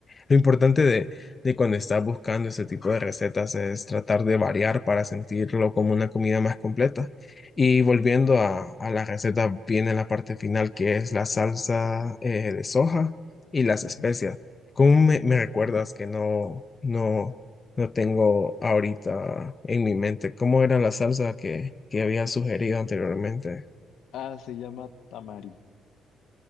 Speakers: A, on the left; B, on the left.
A: lo importante de, de cuando estás buscando este tipo de recetas es tratar de variar para sentirlo como una comida más completa. Y volviendo a, a la receta, viene la parte final que es la salsa eh, de soja y las
B: ujú.
A: especias. ¿Cómo me, me recuerdas que no, no, no tengo ahorita en mi mente? ¿Cómo era la salsa que, que había sugerido anteriormente?
B: Ah, se llama tamari.